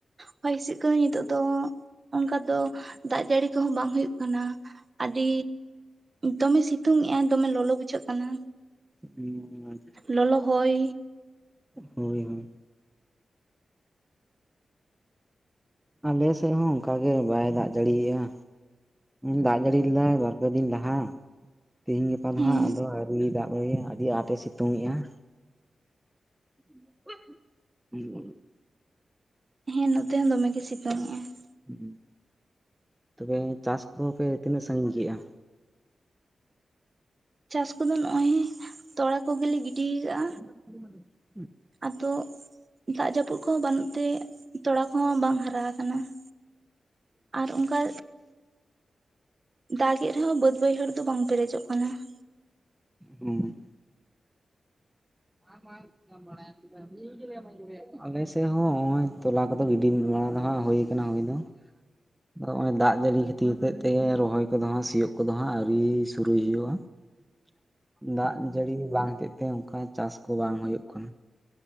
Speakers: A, on the right; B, in the centre.
A: ᱦᱚᱭ ᱦᱤᱸᱥᱤᱫ ᱠᱚᱫᱚ ᱱᱤᱛᱚᱜ ᱫᱚ ᱚᱱᱠᱟ ᱫᱚ ᱫᱟᱜ ᱡᱟᱲᱤ ᱠᱚᱦᱚᱸ ᱵᱟᱝ ᱦᱩᱭᱩᱜ ᱠᱟᱱᱟ ᱟᱰᱤ ᱫᱚᱢᱮ ᱥᱤᱛᱩᱝ ᱮᱜᱼᱟᱭ ᱫᱚᱢᱮ ᱞᱚᱞᱚ ᱵᱩᱡᱷᱟᱹᱜ ᱠᱟᱱᱟ᱾
B: ᱦᱩᱸ ᱦᱩᱸ।
A: ᱞᱚᱞᱚ ᱦᱚᱭ
B: ᱦᱳᱭ ᱦᱳᱭ ᱟᱞᱮ ᱥᱮᱫ ᱦᱚᱸ ᱚᱱᱠᱟ ᱜᱮ ᱵᱟᱭ ᱫᱟᱜ ᱡᱟᱲᱤᱭᱮᱜᱼᱟ। ᱫᱟᱜ ᱡᱟᱹᱲᱤ ᱞᱮᱫᱟᱭ ᱵᱟᱨ ᱯᱮ ᱫᱤᱱ ᱞᱟᱦᱟ ᱛᱮᱦᱤᱧ ᱜᱟᱯᱟ ᱱᱟᱼᱦᱟᱸᱜ
A: ᱦᱮᱸ
B: ᱟᱫᱚ ᱟᱣᱨᱤᱭ ᱫᱟᱜ ᱟᱹᱰᱤ ᱟᱸᱴᱮ ᱥᱤᱛᱩᱝ ᱮᱜᱼᱟ ᱾ <unintelligible>
A: ᱦᱮᱸ ᱱᱚᱛᱮ ᱦᱚᱸ ᱫᱚᱢᱮ ᱜᱮ ᱥᱤᱛᱩᱝ ᱮᱜᱼᱟ ᱾
B: ᱦᱩᱸ ᱛᱚᱵᱮ ᱪᱟᱥ ᱠᱚᱯᱮ ᱛᱤᱱᱟᱹᱜ ᱥᱟᱜᱤᱧ ᱠᱮᱜᱼᱟ?
A: ᱪᱟᱥ ᱠᱚᱫᱚ ᱱᱚᱜᱼᱚᱭ ᱛᱚᱲᱟ ᱠᱚᱜᱮ ᱞᱮ ᱜᱤᱰᱤ ᱠᱟᱜᱼᱟ
B: <inaudible>
A: ᱟᱫᱚ ᱫᱟᱜ ᱡᱟᱹᱯᱩᱫ ᱠᱚᱦᱚᱸ ᱵᱟᱹᱱᱩᱜ ᱛᱮ ᱛᱚᱲᱟ ᱠᱚᱦᱚᱸ ᱵᱟᱝ ᱦᱟᱨᱟ ᱟᱠᱟᱱᱟ ᱾ ᱟᱨ ᱚᱱᱠᱟ ᱫᱟᱜᱮᱫ ᱨᱮᱦᱚᱸ ᱵᱟᱹᱫ ᱵᱟᱹᱭᱦᱟᱹᱲ ᱫᱚ ᱵᱟᱝ ᱯᱮᱨᱮᱡᱚᱜ ᱠᱟᱱᱟ ᱾
B: ᱦᱩᱸ <unintelligible> ᱟᱞᱮ ᱥᱮᱫ ᱦᱚᱸ ᱱᱚᱜ-ᱚᱭ ᱛᱚᱞᱟ ᱠᱚᱫᱚ ᱜᱤᱰᱤ ᱵᱟᱲᱟ ᱱᱟᱼᱦᱟᱸᱜ ᱦᱩᱭ ᱠᱟᱱᱟ ᱦᱩᱭ ᱫᱚ ᱟᱫᱚ ᱱᱚᱜᱼᱚᱭ ᱫᱟᱜ ᱡᱟᱹᱲᱤ ᱠᱷᱟᱹᱛᱤᱨ ᱦᱚᱛᱮᱜ ᱛᱮ ᱨᱚᱦᱚᱭ ᱠᱚᱫᱚ ᱦᱟᱸᱜ ᱥᱤᱭᱳᱜ ᱠᱚᱫᱚ ᱦᱟᱸᱜ ᱟᱹᱣᱨᱤ ᱥᱩᱨᱩᱭ ᱦᱩᱭᱩᱜᱼᱟ ᱾ ᱫᱟᱜ ᱡᱟᱹᱲᱤ ᱵᱟᱝ ᱦᱚᱛᱮᱡᱛᱮ ᱚᱱᱠᱟ ᱪᱟᱥ ᱠᱚ ᱵᱟᱝ ᱦᱳᱭᱳᱜ ᱠᱟᱱᱟ ᱾